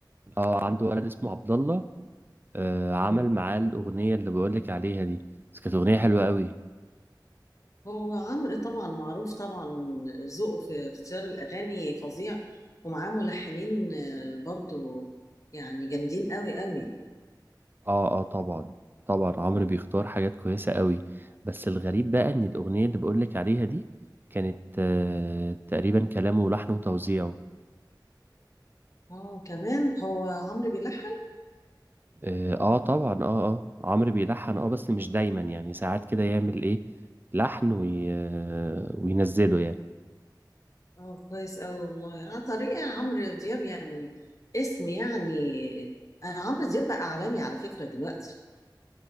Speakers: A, on the right; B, on the left.
A: اه عنده ولد اسمه عبد الله آه،
B: مم.
A: عمل معاه الأغنية اللي بقولك عليها دي بس كانت أغنية حلوة قوي
B: هو عمرو طبعا معروف طبعا ذوقه في اختيار الاغاني فظيع ومعاه ملحنين آه، برضو يعني جامدين قوي قوي
A: اه اه طبعا طبعا عمرو بيختار حاجات كويسة قوي بس الغريب بقى إن الأغنية اللي بقولك عليها دي كانت آه، تقريبا كلامه ولحنه وتوزيعه
B: اه كمان هو عمرو بيلحن
A: اه آه طبعا اه اه عمرو بيلحن اه بس مش دايما يعني ساعات كده يعمل ايه لحن وي... آه، وينزله يعني
B: اه كويس قوي والله على طريقة عمرو دياب يعني اسم يعني آه، عمرو دياب بقى اعلامي على فكرة دلوقتي